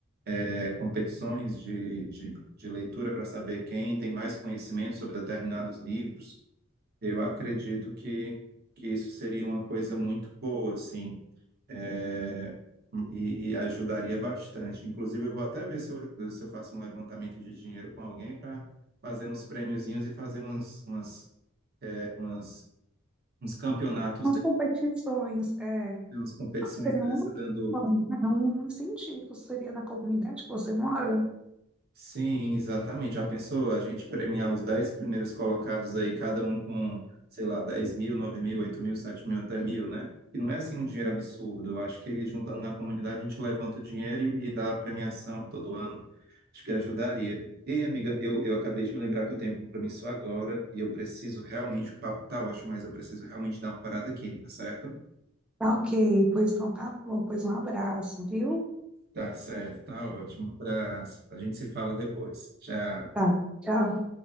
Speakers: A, on the right; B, in the centre.
A: é, competições de, de, de leitura para saber quem tem mais conhecimento sobre determinados livros, eu acredito que, que isso seria uma coisa muito boa, assim é, e, e ajudaria bastante. Inclusive, eu vou até ver se eu, se eu faço um levantamento de dinheiro com alguém para fazer uns prêmiozinhos e fazer umas, umas, é, umas- uns campeonatos,
B: As
A: dessas,
B: competições é,
A: umas competições
B: seriam
A: dessas,
B: uma
A: dando
B: forma, é um incentivo, seria na comunidade que você mora.
A: Sim, exatamente. Já pensou a gente premiar os 10 primeiros colocados aí, cada um com, sei lá, 10 mil, 9 mil, 8 mil, 7 mil, até mil, né? E não é assim um dinheiro absurdo. Eu acho que juntando na comunidade a gente levanta o dinheiro e, e dá a premiação todo ano. Acho que ajudaria. Ei, amiga, eu, eu acabei de me lembrar que eu tenho um compromisso agora e eu preciso realmente, o papo tá ótimo, mas eu preciso realmente dar uma parada aqui, tá certo?
B: Tá ok, pois então tá bom, pois um abraço, viu?
A: Tá certo, tá ótimo. Um abraço. A gente se fala depois. Tchau.
B: Tá, tchau.